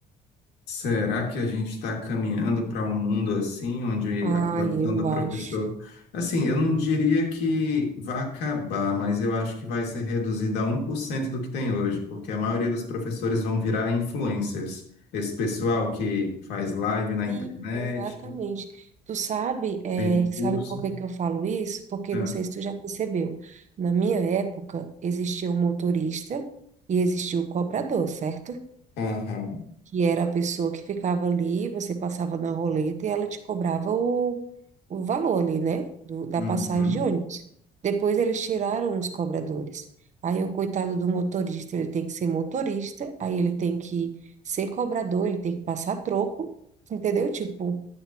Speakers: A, on the left (about 80°); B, on the right (about 45°).
A: Será que a gente está caminhando para um mundo assim, onde
B: Ah,
A: a profissão
B: eu
A: do
B: acho.
A: professor. Assim, eu não diria que vai acabar, mas eu acho que vai ser reduzida a um por cento do que tem hoje, porque a
B: Uhum.
A: maioria dos professores vão virar influencers. Esse pessoal que faz live na internet,
B: Sim, exatamente. Tu sabe, é,
A: vende
B: sabe
A: curso.
B: por que que eu falo isso? Porque
A: Ah.
B: não sei se tu já percebeu. Na minha época, existia o motorista e existia o cobrador, certo?
A: Aham.
B: que era a pessoa que ficava ali, você passava na roleta e ela te cobrava o, o valor ali, né? Do, da
A: Uhum.
B: passagem de ônibus. Depois eles tiraram os cobradores. Aí o coitado do motorista, ele tem que ser motorista, aí ele tem que ser cobrador, ele tem que passar troco, entendeu? Tipo,